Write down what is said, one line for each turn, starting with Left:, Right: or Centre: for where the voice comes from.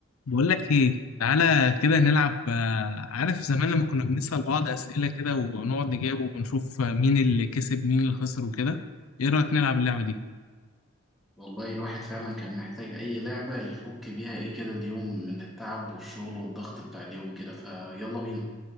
Left: بقول لك ايه تعالى كده نلعب آه، عارف زمان لما كنا بنسأل بعض أسئلة كده ونقعد نجاوب ونشوف آه، مين اللي كسب مين اللي خسر وكده ايه رأيك نلعب اللعبة دي
Centre: والله الواحد فعلا كان محتاج أي لعبة يفك بيها إيه كده اليوم من التعب والشغل والضغط بتاع اليوم كده فيلا بينا